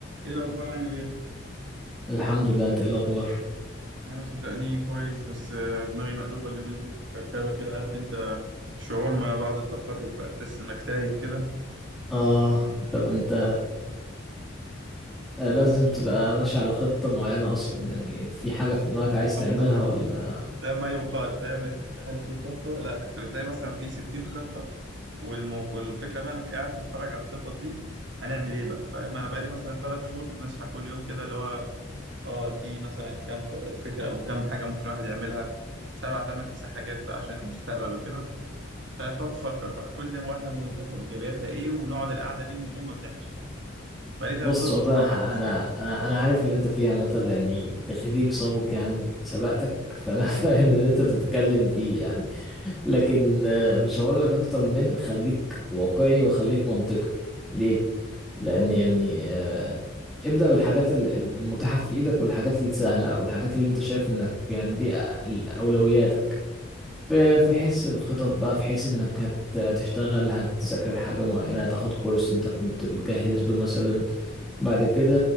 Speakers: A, on the right; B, in the centre.
A: ايه الاخبار عامل ايه
B: الحمد لله انت ايه الاخبار
A: انا صدقني كويس بس آه، دماغي مقلوبه اليومين دول وكركبه كده عارف انت شعور ما بعد التخرج بقى تحس انك تايه كده
B: اه طب انت آه، لازم تبقى ماشي على خطة معينة اصلا يعني في حاجة في دماغك عايز تعملها
A: اما <laughs>
B: ولا
A: ده ما يقال فاهم لكن هل في خطه لا انت بتلاقي مثلا في 60 خطه والموقع الفكره بقى انك قاعد تتفرج على الخطط دي هنعمل ايه بقى فاهم انا بقالي مثلا ثلاث شهور نصحى كل يوم كده اللي هو اه في مثلا كام ط- فكره او كام حاجه ممكن الواحد يعملها سبع ثمان تسع حاجات بقى عشان المستقبل وكده فبتقعد تفكر بقى كل واحدة مميزاتها وإيجابياتها إيه ونقعد القعدة دي ونقوم ما بنعملش حاجة بقالي تلات
B: بص
A: شهور
B: والله
A: بتفرج
B: انا ح- انا
A: بس
B: انا انا عارف اللي انت فيه عامة لاني تخريج سابق يعني سبقتك فانا
A: اه
B: <laughs> فاهم
A: قول
B: اللي انت بتتكلم
A: قول.
B: فيه يعني لكن آه، مش هقول لك اكتر من خليك واقعي وخليك منطقي ليه لان
A: اه
B: يعني آه، ابدأ بالحاجات ال- ال- المتاحة في ايدك والحاجات السهلة او الحاجات اللي انت شايف انك يعني دي ال- اولوياتك في في حيث الخطط بقى في حيث انك هت- هتشتغل هتذاكر حاجة معينة هتاخد كورس انت كنت بتجهز له مثلا بعد كده